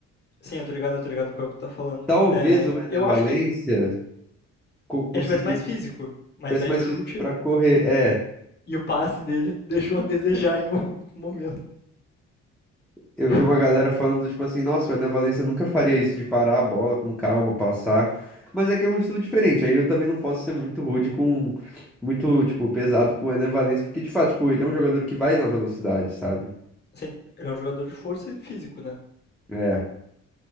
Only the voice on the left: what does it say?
Sim, eu tô ligado, eu tô ligado com o que tu tá falando.
É,
eu
acho que
ele tivesse mais físico, mas
aí
o chute
e o passe dele <laughs> deixou a desejar em algum momento.
<laughs>
Sim, ele é um jogador de força e físico, né?